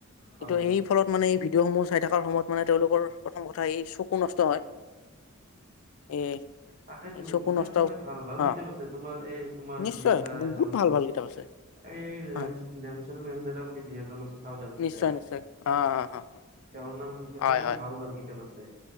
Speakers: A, on the right; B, on the left.
A: হয়
B: কিন্তু এই ফলত মানে এই ভিডিঅ' সমূহ চাই থকাৰ সময়ত মানে তেওঁলোকৰ প্ৰথম কথা এই চকু নষ্ট হয়, এ
A: তাকেইতো
B: এই চকু
A: কিতাপ
B: নষ্ট
A: মানে ভাল, ভাল
B: অ
A: কিতাপ আছে তোমাৰ এই তোমাৰ
B: নিশ্চয়
A: যি এটা এজন
B: বহুত
A: আছে
B: ভাল ভাল কিতাপ আছে
A: এই লেন-লেনচন
B: হয়
A: মেডেলা বুলি যি এজন আছে চাউথ আফ্ৰিকাৰ
B: নিশ্চয় নিশ্চয় অ অ অ
A: তেওঁৰ নাম হৈছে
B: হয়
A: তেওঁটো
B: হয়
A: ভাল, ভাল কিতাপ আছে।